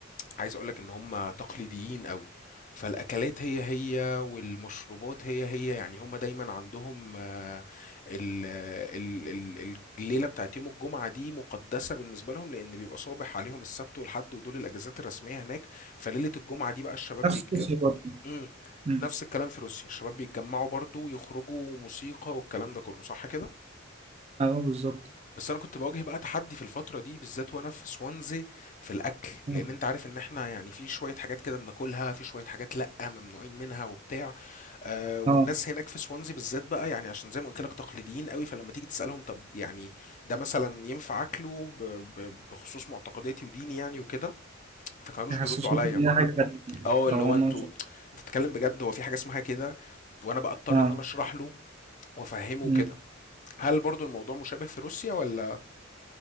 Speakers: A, on the left; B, on the right.
A: عايز اقول لك ان هم تقليديين قوي فالأكلات هي هي والمشروبات هي هي يعني هم دايما عندهم آه، ال- ال- ال- الليلة بتاعت يوم الجمعة دي مقدسة بالنسبة لهم لأن بيبقى صابح عليهم السبت والحد ودول الأجازات الرسمية هناك فليلة الجمعة دي بقى الشباب
B: نفس
A: بيتجمعوا
B: روسيا برضه
A: امم
B: مم.
A: نفس الكلام في روسيا الشباب بيتجمعوا برضو ويخرجوا موسيقى والكلام ده كله صح كده
B: اه بالظبط
A: بس انا كنت بواجه بقى تحدي في الفتره دي بالذات وانا في سوانزي في الاكل لان
B: اه
A: انت عارف ان احنا يعني في شويه حاجات كده بناكلها في شويه حاجات لا ممنوعين منها وبتاع آه والناس
B: آه.
A: هناك في سوانزي بالذات بقى يعني عشان زي ما قلت لك تقليديين قوي فلما تيجي تسالهم طب يعني ده مثلا ينفع اكله ب- ب- بخصوص معتقداتي وديني يعني وكده فكانوش
B: يحسسوك
A: بيردوا عليا
B: ان هي حاجه غريبه يعني
A: اه اللي
B: او
A: هو
B: هما
A: انتوا
B: مش-
A: انت بتتكلم بجد هو في حاجه اسمها كده وانا بقى اضطر
B: اه
A: ان انا اشرح له وافهمه
B: مم.
A: كده هل برضو الموضوع مشابه في روسيا ولا